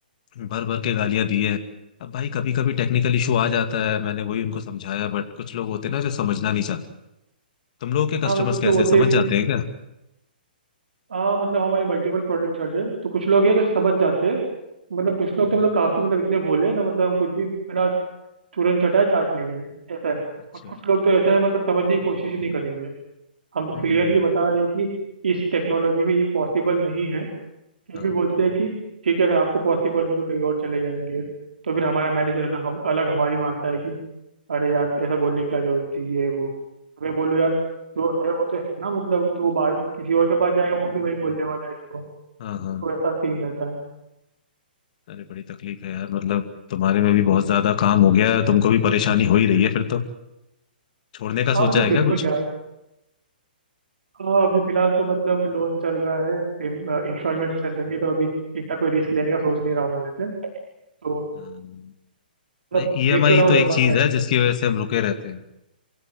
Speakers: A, on the left; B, on the right.
A: भर भर के गालियां दी है अब भाई कभी कभी टेक्निकल इशू आ जाता है मैंने वही उनको समझाया बट कुछ लोग होते हैं ना जो समझना नहीं चाहते तुम लोगों के
B: हाँ
A: कस्टमर्स
B: मतलब कुछ
A: कैसे
B: लोग होते
A: समझ
B: हैं कि
A: जाते हैं क्या
B: हाँ मतलब हमारे मल्टीपल प्रोडक्ट चल रहे हैं तो कुछ लोग हैं जो समझ जाते हैं मतलब कुछ लोग
A: हम्म,
B: तो मतलब काफी मतलब इतने भोले हैं ना मतलब हम कुछ भी है ना तुरंत चटाए चाट लेंगे ऐसा है
A: अच्छा
B: कुछ
A: हम्म
B: कुछ लोग तो ऐसा है मतलब समझने की कोशिश ही नहीं करेंगे हम
A: हम्म,
B: क्लियरली
A: हम्म,
B: बता रहे हैं कि इस टेक्नोलॉजी में ये पॉसिबल नहीं है फिर
A: हाँ
B: भी बोलते हैं कि ठीक है अगर आपको पॉसिबल नहीं तो कहीं और चले जाएंगे तो फिर हमारा मैनेजर है ना हम अलग हमारी मारता है कि अरे यार ऐसा बोलने की क्या जरूरत थी ये वो तो मैं बोलूँ यार जो है वो तो है ना मतलब तो वो बाहर किसी और के पास जाएगा वो भी वही बोलने वाला है इसको
A: हाँ
B: तो
A: हाँ
B: ऐसा सीन रहता है
A: अरे बड़ी तकलीफ है यार मतलब तुम्हारे में भी बहुत ज्यादा काम हो गया है तुमको भी परेशानी हो ही रही है फिर तो छोड़ने का सोचा
B: हाँ मतलब
A: है
B: बिल्कुल
A: क्या कुछ
B: यार हाँ अभी फिलहाल तो मतलब लोन चल रहा है इंस्टॉलमेंट चल रही है तो अभी इतना कोई रिस्क लेने का सोच नहीं रहा हूँ मैं वैसे तो
A: हम्म, भाई
B: मतलब
A: ईएमआई
B: देख तो रहा हूँ
A: तो
B: ऐसे
A: एक
B: बात
A: चीज है जिसकी वजह से हम रुके रहते हैं